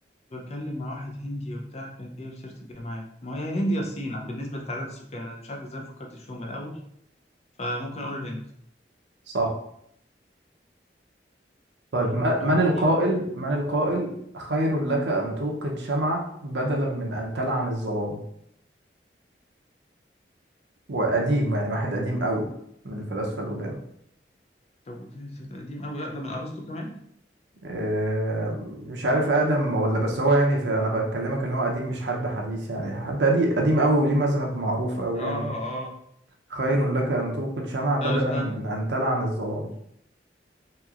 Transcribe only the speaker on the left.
بتكلم مع واحد هندي وبتاع كان جايب سيرة الجامعات ما هي الهند يا الصين بالنسبة لتعداد السكان أنا مش عارف إزاي فكرتش فيهم من الأول فممكن أقول الهند
امم
يعني
غريب
طب ده سيرة قديم أوي أقدم من أرسطو كمان
اه
اه
لا استنى